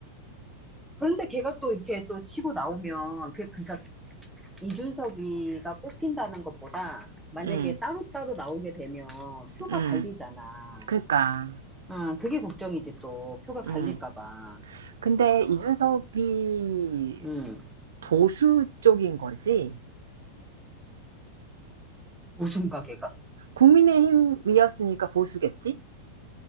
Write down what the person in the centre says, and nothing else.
그런데 걔가 또 이렇게 또 치고 나오면, 그, 그러니까 이준석이가 뽑힌다는 것보다 만약에
따로따로 나오게 되면 표가
갈리잖아.
아, 그게 걱정이지 또. 표가
갈릴까 봐.
응.
고순가 걔가?